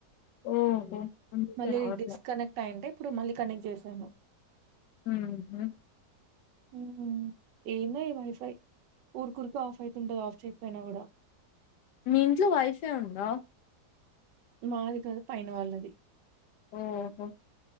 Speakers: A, on the left; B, on the right.
A: ఓహో అందుకే
B: మళ్ళీ
A: రావట్లే
B: డిస్కనెక్ట్ అయుంటే ఇప్పుడు మళ్ళీ కనెక్ట్ చేశాను
A: ఊహూ
B: ఉమ్ ఏందో ఈ వైఫై ఊరికురికే ఆఫ్ అయితుంటది ఆఫ్ చేయకపోయినా కూడా
A: మీ ఇంట్లో వైఫై ఉందా
B: మాది కాదు పైన వాళ్ళది
A: ఓహో